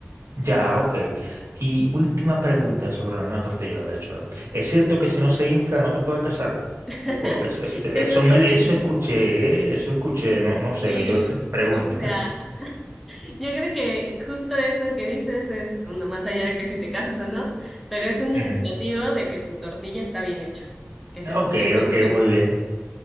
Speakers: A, on the right (about 80°); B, in the centre.
A: Ya, ok. Y última pregunta sobre la misma tortilla, de hecho. ¿eh? ¿Es cierto que si no se infla no te puedes casar?
B: <laughs>
A: O eso, eso, eso
B: Eso dicen.
A: me, eso escuché, ¿eh? Eso escuché, no, no sé,
B: Sí,
A: que yo te pregunto.
B: o sea, yo creo que justo eso que dices es, bueno, más allá de que si te casas o no, pero es un
A: <laughs>
B: indicativo
A: Ujú.
B: de que tu tortilla está bien hecha, que se
A: Ok,
B: tiene que
A: ok,
B: inflar.
A: muy bien,